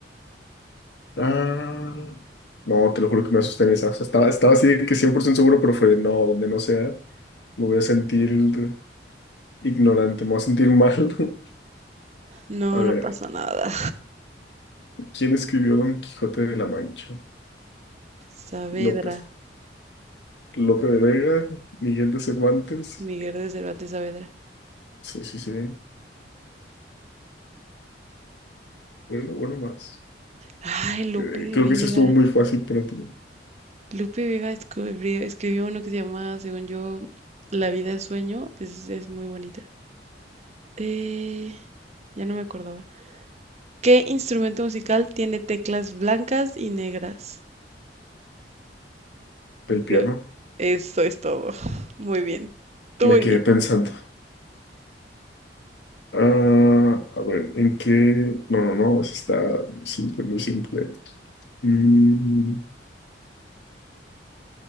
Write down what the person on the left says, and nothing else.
Ah, no, te lo juro que me asusté en esa. O sea, estaba, estaba así de que 100% seguro, pero fue, de, no, donde no sea, me voy a sentir ignorante, me voy a sentir mal. <laughs>
A ver,
¿quién escribió Don Quijote de la Mancha?
López. Lope de Vega, Miguel de Cervantes.
Sí, sí, sí. Bueno, bueno, más.
Eh,
creo
que ese estuvo muy fácil para ti.
Del
piano.
Me
quedé
pensando. Ah, a ver, ¿en qué? No, no, no, ese está muy simple, muy simple. Mm,